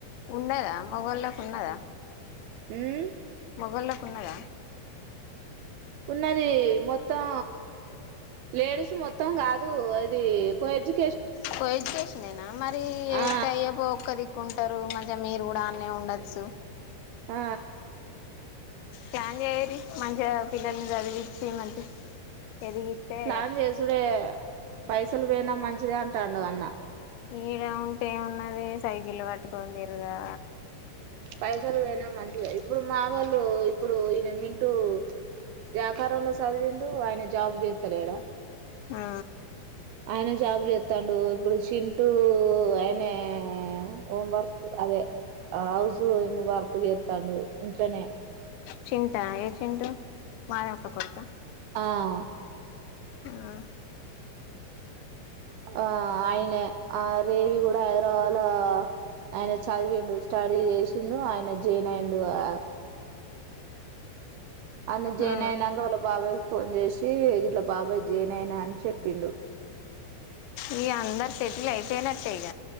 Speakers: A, on the left (about 90°); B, on the right (about 80°).
A: ఉండదా మగళ్ల్లోకి ఉన్నదా
B: ఉమ్
A: మొగల్లోకి ఉన్నాదా
B: ఉన్నది మొత్తం లేడీస్ మొత్తం కాదు అది కో ఎడ్యు
A: కో అడ్యుకేషనేనా మరి ఎతేఅయ్యే
B: ఆ
A: ఒక్కతి కుంటారు మంచిగా మీరు కూడా అన్నే ఉండొచ్చు
B: ఆ
A: జాయిన్ చెయ్యిర్రి మంచిగ పిల్లని చదివిచ్చి మంచి ఎదిగితే
B: ప్లాన్ చేసుడే పైసలు పోయినా మంచిదే అంటాడు అన్న
A: ఈడ ఉంటే ఏమున్నది సైకిళ్ల్ పట్టుకని తిరుగా
B: పైసలు పోయినా మంచిదే ఇప్పుడు మా వోళ్ళు ప్పుడు ఇప్పుడు ఈయన మింటూ జాకారంలో చదివిండు ఆయన జాబ్ు చేత్త లేడా
A: ఆ
B: ఆయన జాబ్ చేతండు ఇప్పుడు చింటూ ఆయనే హోం వర్క్ అదే హౌస్ వర్క్ చేస్తాడు ఇంట్లనే
A: చింటా ఏ చింటు. మాధవక్క కొడుకా.
B: ఆ
A: ఆ.
B: ఆ అయినే ఆ రేవి కూడా హైదరాబాదుల ఆయన చదివిండు స్టడీ చేసిండు ఆయన జైనైండు అ అన్నే జైన్
A: ఆ
B: అయినాక వాళ్ళ బాబాయిక్కి ఫోన్ చేసి ఇట్లా బాబాయ్ జెయిన్ అయినా అని చెప్పిండు.
A: ఇగ అందరు సెటిల్ అయిపోయినట్టే ఇగ.